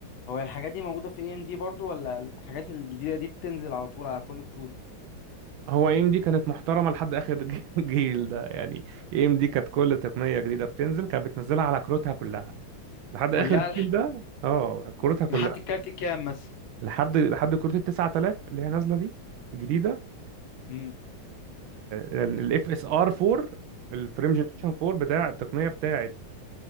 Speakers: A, on the left; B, on the right.
A: هو الحاجات دي موجودة في اي ام دي برضو ولا الحاجات الجديدة دي بتنزل على طول على كل الكروت
B: هو اي ام دي كانت محترمة لحد آخر ج- <laughs> جيل ده يعني اي ام دي كانت كل تقنية جديدة بتنزل كانت بتنزلها على كروتها كلها لحد آخر
A: كلها لح-
B: جيل ده اه كروتها كلها
A: لحد الكارت كام مثلا
B: لحد لحد كروت ال 9000 اللي هي نازلة دي جديدة
A: امم
B: الاف اس ار 4 الفريم جنريشن 4 بتاع التقنيه بتاعه